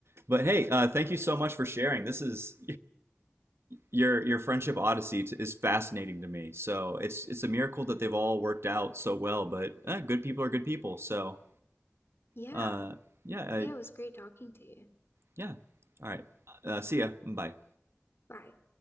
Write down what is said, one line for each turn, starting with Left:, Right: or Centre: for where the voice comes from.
Right: But hey, uh,
Left: Oh,
Right: thank
Left: good.
Right: you so much for sharing. This is your your friendship odyssey t- is fascinating to me. So it's it's a miracle that they've all worked out so well. But eh, good people are good people. So
Left: Yeah.
Right: uh, yeah, uh,
Left: Yeah, it was great talking to you.
Right: yeah. All right. Uh, see ya. Bye.
Left: Bye.